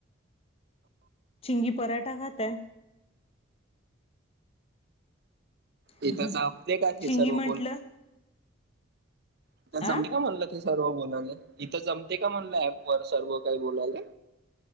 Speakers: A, on the left; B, on the right.
A: चिंगी पराठा खाताय
B: इथं
A: ह् हम्
B: जमते का हे
A: चींगी
B: सर्व
A: म्हंटलं
B: तिला जमलं
A: आ
B: म्हणलं ते सर्व बोला इथं जमते का म्हणलं ऍप वर सर्व काही बोलायला